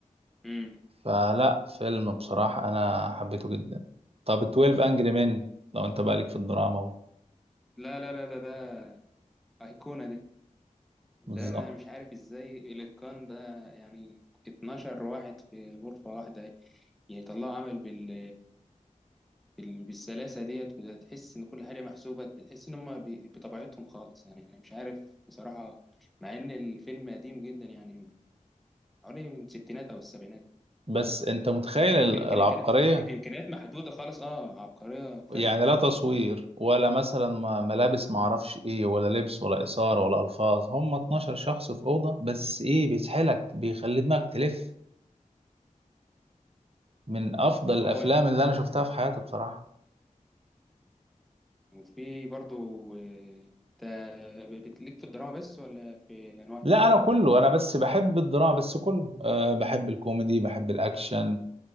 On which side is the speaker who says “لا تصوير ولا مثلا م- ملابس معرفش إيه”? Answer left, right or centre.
Right